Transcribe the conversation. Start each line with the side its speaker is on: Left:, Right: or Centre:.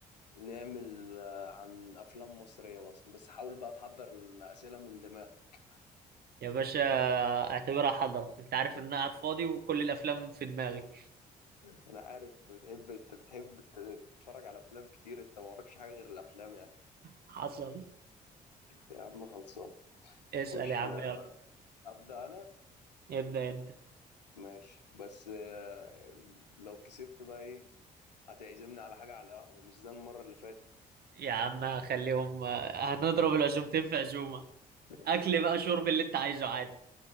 Left: نعمل آه، عن افلام مصريه مثلا بس حاول بقى تحضر الاسئله من دماغك
Right: يا باشا اعتبرها حضره انت عارف ان انا قاعد فاضي وكل الافلام في دماغي
Left: انا عارف انت بتحب انت بتحب ت- تتفرج على افلام كتير انت ما وراكش حاجه غير الافلام يا اخي
Right: حصل
Left: يا عم خلصان
Right: اسال
Left: خش
Right: يا عم يلا
Left: ابدا انا
Right: ابدا انت
Left: ماشي بس آه، لو كسبت بقى ايه هتعزمني على حاجه على القهوه مش زي المره اللي فاتت
Right: يا عم هخليهم آه، هنضرب العزومتين في عزومه
Left: <laughs>
Right: اكل
Left: يا عم
Right: بقى شرب اللي انت عايزه عادي